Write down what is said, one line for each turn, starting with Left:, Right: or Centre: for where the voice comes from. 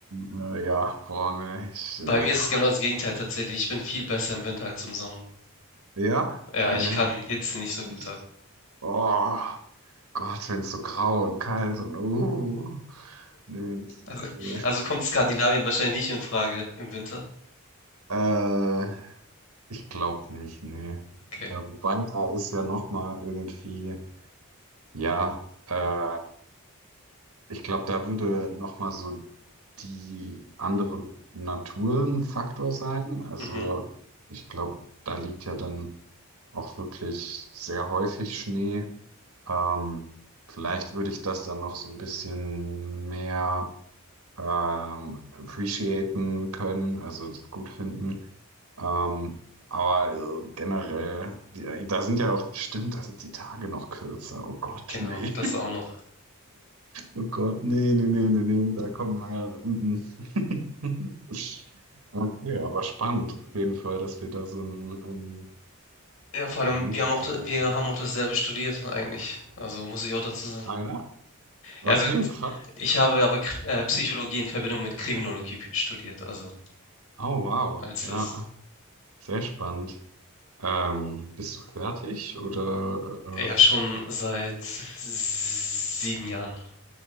Right: Äh, ja, boah, ne, ich, äh,
Left: bei mir
Right: pff,
Left: ist es genau das Gegenteil tatsächlich. Ich bin viel besser im Winter als im Sommer.
Right: ja,
Left: Ja,
Right: nee,
Left: ich kann Hitze nicht so
Right: ich,
Left: gut ab.
Right: oh Gott, wenn es so grau und kalt und, uh, nee, das ist,
Left: Also,
Right: äh,
Left: also kommt Skandinavien wahrscheinlich nicht in Frage im Winter.
Right: <laughs> äh, ich glaube nicht, nee.
Left: Okay.
Right: Äh, wobei, da ist ja nochmal irgendwie, ja, äh, Ich glaube, da würde nochmal so die andere Natur ein Faktor sein. Also
Left: Mhm,
Right: ich glaube, da liegt ja dann auch wirklich sehr häufig Schnee. Ähm, vielleicht würde ich das dann noch so ein bisschen mehr ähm, appreciaten können, also gut finden. Ähm, aber äh, generell, die, da sind ja auch, stimmt, da sind die Tage noch kürzer. Oh Gott,
Left: genau,
Right: nee.
Left: das auch noch.
Right: Oh Gott, nee, nee, nee, nee, nee, da kommen wir. mm, mm. <laughs> Okay, aber spannend auf jeden Fall, dass wir da so einen, ähm,
Left: Ja, vor allem,
Right: einen unterschiedlichen.
Left: wir haben auch wir haben auch dasselbe studiert eigentlich. Also, muss ich auch dazu sagen.
Right: Ah ja? Okay,
Left: Also,
Right: krass.
Left: ich habe aber Kr äh,
Right: Interessant.
Left: Psychologie in Verbindung mit Kriminologie studiert, also,
Right: Oh wow,
Left: als
Right: ja,
Left: das
Right: sehr spannend. Ähm, bist du fertig oder?
Left: ja, schon seit sieben Jahren